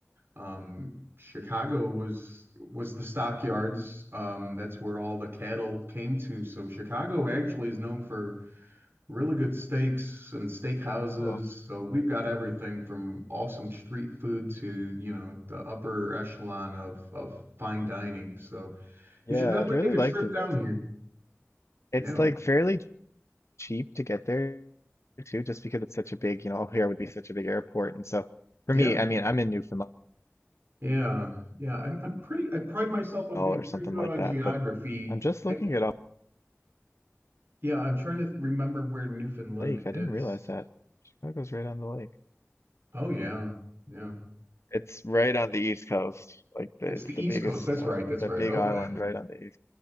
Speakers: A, on the right (about 50°); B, on the left (about 65°).
A: um, Chicago was was the stockyards. Um, that's where all the cattle came to. So Chicago actually is known for really good steaks and steakhouses.
B: cool.
A: So we've got everything from awesome street food to, you know, the upper echelon of of fine dining. So
B: Yeah,
A: you should definitely
B: I'd really
A: make a
B: like
A: trip
B: to visit.
A: down here.
B: It's
A: Yeah.
B: like fairly cheap to get there too, just because it's such a big, you know, here would be such a big airport. And so for
A: Yeah,
B: me, I mean, I'm in Newfoundland
A: yeah, yeah. I'm I'm pretty I pride myself on
B: or
A: being
B: something
A: pretty good
B: like
A: on
B: that,
A: geography.
B: but I'm just looking
A: I
B: at a
A: yeah, I'm trying to remember where Newfoundland
B: lake. I
A: is.
B: didn't realize that. Chicago's right on the lake.
A: Oh yeah, yeah.
B: It's right on the East Coast. Like the,
A: It's
B: it's
A: the
B: the
A: East
B: biggest,
A: Coast. That's
B: uh,
A: right. That's
B: the
A: right.
B: big
A: Okay.
B: island right on the East.